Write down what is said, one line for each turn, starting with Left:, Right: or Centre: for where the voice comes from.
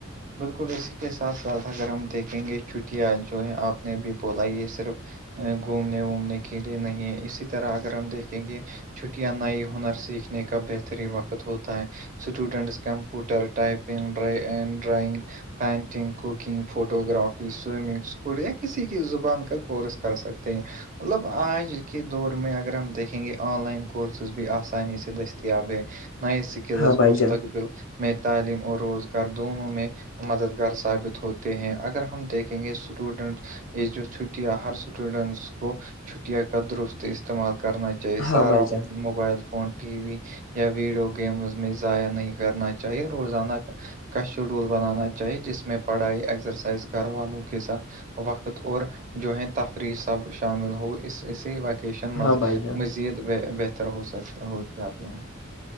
Right: بالکل اسی کے ساتھ ساتھ اگر ہم دیکھیں گے چٹیاں جو ہے آپ نےب بولا یہ صرف گھومنے وومنے کے لیے نہیں ہے اسی طرح اگر ہم دیکھیں گے چھٹیاں نئی ہنر سیکھنے کا بہترین وقت ہوتا ہے students computer typing drawing painting cooking photography swimming school یا کسی کی زبان کا کورس کر سکتے ہیں مطلب آج کے دور میں اگر ہم دیکھیں گے آن لائن کورسز بھی آسانی سے دستیاب ہے نئی اسکلس
Left: ہاں بھائی
Right: مستقبل
Left: جان
Right: میں تعلیم اور روزگار دونوں میں مددگار ثابت ہوتے ہیں اگر ہم دیکھیں گے اسٹوڈنٹس یہ جو چھٹیاں ہر اسٹوڈینٹس کو چھٹیاں کا درست استعمال کرنا چاہیے
Left: ہاں
Right: سارا
Left: بھائی جان
Right: وقت موبائل فون ٹی وی یا ویڈیو گیمز میں ضائع نہیں کرنا چاہیے روزانہ کا کا شیڈول بنانا چاہیے جس میں پڑھائی اکسرسائز گھر والوں کے ساتھ وقت اور جو ہے تفریح سب شامل ہو اس اسی وقت
Left: ہاں بھائی جان
Right: مزید بہتر ہوسکتا ہو جاتے ہیں